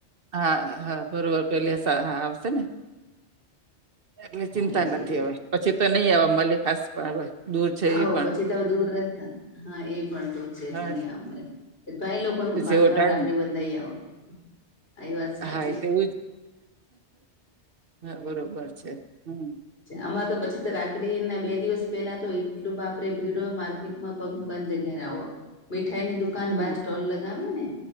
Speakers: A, on the right; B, on the left.
A: હા હા બરોબર પેલી હા આવશે ને. એટલે
B: હા
A: ચિંતા
B: એજ
A: નથી
B: એજ
A: હવે પછી તો નહી આવવા મળે ખાસ પણ હવે. દૂર છે
B: હો
A: એ પણ
B: પછી તમે દૂર રહે હા એ પણ દૂર છે એટલે
A: હા
B: નહી આવ મરે ભાઈ લોકો મુકાન
A: જેવો
B: જાઓ
A: ટાઈમ
B: રાખડી બંધાઈ આવો આ વાત સાચી
A: હા એ તેવું જ હા બરોબર છે હમ
B: અમાં તો પછી તો રાખડી ને બે દિવસ પેલા તો એટલું બાપરે ભીડ હોય માર્કેટમાં પગ મુકવાની જગ્યા ના હોય મીઠાઈ ની દુકાન
A: હમ.
B: બાર સ્ટોલ લગાવે ને